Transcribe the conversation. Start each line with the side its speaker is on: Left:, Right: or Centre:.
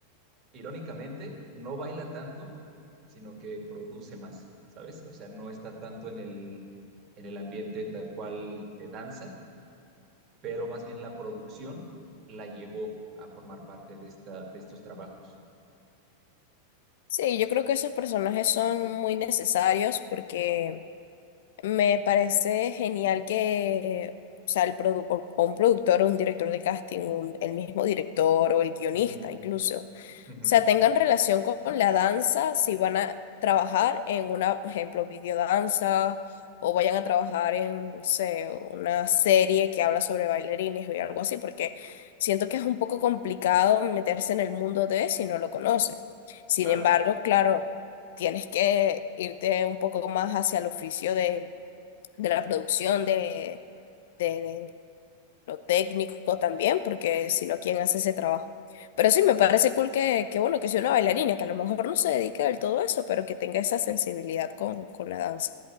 Right: irónicamente, no baila tanto, sino que produce más, ¿sabes? O sea, no está tanto en el, en el ambiente tal cual de danza, pero más bien la producción la llevó a formar parte de esta, de estos trabajos.
Left: Sí, yo creo que esos personajes son muy necesarios porque Me parece genial que, o sea, el produ- o- o un productor, o un director de casting, un- el mismo director o el guionista
Right: Ujú,
Left: incluso, o
Right: ujú.
Left: sea, tengan relación con, con la danza si van a trabajar en una, por ejemplo, videodanza o vayan a trabajar en, no sé, una serie que habla sobre bailarines o algo así, porque siento que es un poco complicado meterse en el mundo de si no lo conoces. Sin
Right: Claro,
Left: embargo, claro, tienes que irte un poco más hacia el oficio de de la producción, de, de lo técnico también, porque si no, ¿quién hace ese trabajo? Pero sí, me parece cool que, que bueno, que sea una bailarina, que a lo mejor no se dedique del todo a eso, pero que tenga esa sensibilidad con, con la danza.